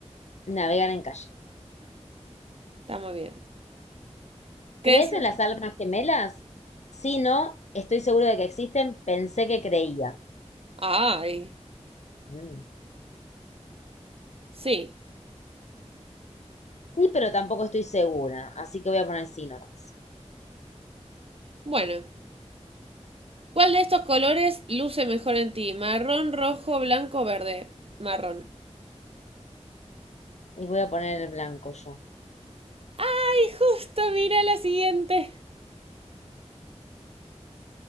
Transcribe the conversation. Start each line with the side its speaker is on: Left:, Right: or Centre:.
Left: Navegar en kayak.
Right: Está muy bien. ¿Qué
Left: ¿Crees
Right: es el-
Left: en las almas gemelas? Sí, no, estoy seguro de que existen. Pensé que creía.
Right: Ay,
Left: Mm.
Right: sí.
Left: Sí, pero tampoco estoy segura, así que voy a poner sí nomás.
Right: Bueno, ¿cuál de estos colores luce mejor en ti? Marrón, rojo, blanco, verde. Marrón.
Left: Y voy a poner el blanco yo.
Right: Ay, justo, mira la siguiente.